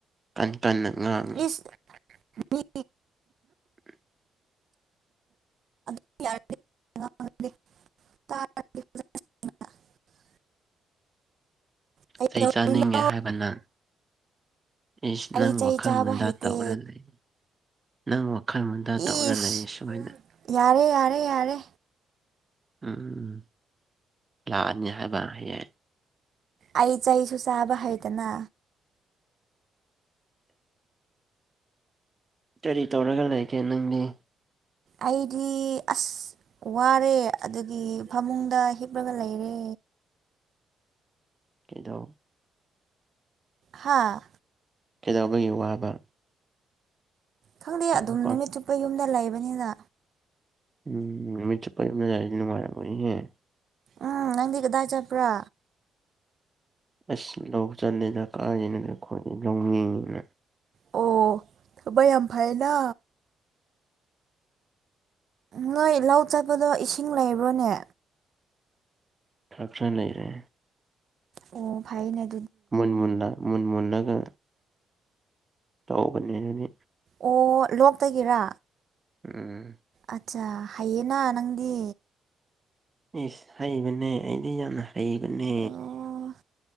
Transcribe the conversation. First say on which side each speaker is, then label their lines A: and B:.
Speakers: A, on the right (about 25°); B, on the right (about 55°).
A: ꯀꯟ ꯀꯟꯅ ꯉꯥꯡꯅꯨ
B: ꯏꯁ
A: <inaudible>
B: ꯃꯤ <unintelligible> ꯀꯩꯗꯧꯔꯤꯅꯣ
A: ꯆꯩ ꯆꯥꯅꯤꯡꯉꯦ ꯍꯥꯏꯕꯅꯪ ꯏꯁ
B: ꯑꯩ
A: ꯅꯪ
B: ꯆꯩ
A: ꯋꯥꯈꯜ
B: ꯆꯥꯕ
A: ꯃꯨꯟꯗꯥ
B: ꯍꯩꯇꯦ
A: ꯇꯧꯔ ꯂꯩ ꯅꯪ ꯋꯥ ꯈꫭꯈ ꯃꯨꯟꯗ ꯇꯧꯔ
B: ꯏꯁ
A: ꯂꯩꯌ‌ꯦ ꯁꯨꯃꯥꯏꯅ
B: ꯌꯥꯔꯦ ꯌꯥꯔꯦ ꯌꯥꯔꯦ
A: ꯎꯝ ꯂꯥꯅꯤ ꯍꯥꯏꯕ ꯍꯌ‌ꯦꯡ
B: ꯑꯩ ꯆꯩꯁꯨ ꯆꯥꯕ ꯍꯩꯇꯅ
A: ꯀꯔꯤ ꯇꯧꯔꯒ ꯂꯩꯒꯦ ꯅꯪꯗꯤ
B: ꯑꯩꯗꯤ ꯑꯁ ꯋꯥꯔꯦ ꯑꯗꯨꯒꯤ ꯐꯃꯨꯡꯗ ꯍꯤꯞꯂꯒ ꯂꯩꯔꯦ
A: ꯀꯩꯗꯣ
B: ꯍꯥꯥ
A: ꯀꯩꯗꯧꯕꯒꯤ ꯋꯥꯕ
B: ꯈꯪꯗꯦ
A: ꯉꯥꯏꯈꯣꯀꯣ
B: ꯑꯗꯨꯝ ꯅꯨꯃꯤꯠ ꯆꯨꯞꯄ ꯌꯨꯝꯗ ꯂꯩꯕꯅꯤꯅ
A: ꯎꯝ ꯅꯨꯃꯤꯠ ꯆꯨꯞꯄ ꯌꯨꯝꯗ ꯂꯩꫪꯗꯤ ꯅꯨꯡꯉꯥꯏꫪꯝ ꯃꫭꯏꯅ‌ꯦ
B: ꯎꯝ ꯅꯪꯗꯤ ꯀꯗꯥꯏ ꯆꯠꯄ꯭ꯔꯥ
A: ꯑꯁ ꯂꯧ ꯆꯟꯅ‌ꯦꯗ ꯀꯥꯏꯗꯩꯅꫭꯗ ꯑꯩꯈꫭꯏꯗꯤ ꯂꯧꯃꯤꯅꯤꯅ
B: ꯑꯣ ꯊꯕꯛ ꯌꯥꯝ ꯐꯩꯅ ꯅꯣꯏ ꯂꯧ ꯆꯠꯄꯗꯣ ꯏꯁꯤꯡ ꯂꯩꯕ꯭ꯔꯣꯅꯦ
A: ꯈꫪ ꯈꫪ ꯅꯩꯔꯦ
B: ꯑꯣ ꯐꯥꯏꯅ‌ꯦ
A: ꯃꯨꯟꯅ ꯃꯨꯟꯅ ꯃꯨꯜ ꯃꯨꯟꯂꯒ ꯇꯥꯎꯕꯅ‌ꯦ ꯑꯗꯨꯗꯤ
B: ꯑꯣ ꯂꯣꯛꯇꯒꯤꯔꯥ
A: ꯎꯝ
B: ꯑꯠꯆꯥ ꯍꯩꯌꯦꯅ ꯅꯪꯗꯤ
A: ꯏꯁ ꯍꯩꯕꯅꯦ ꯑꯩꯗꯤ ꯌꯥꯝꯅ ꯍꯩꯕꯅꯦ
B: ꯑꯣ